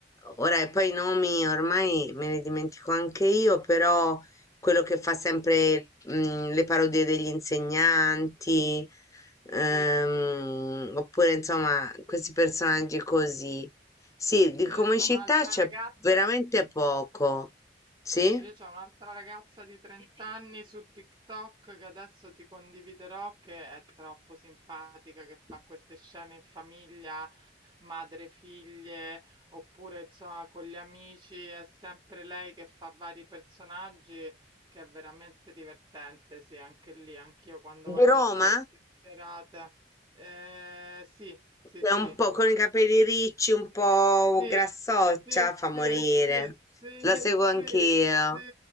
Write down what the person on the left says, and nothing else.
ora e poi i nomi ormai me li dimentico anche io, però quello che fa sempre, mhmm, le parodie degli insegnanti, ehm,
oppure insomma questi personaggi così. Sì, di comicità
c'è
veramente poco. Sì?
Di Roma?
È
un po' con i capelli ricci, un po'
grassoccia,
fa morire.
La
seguo anch'io.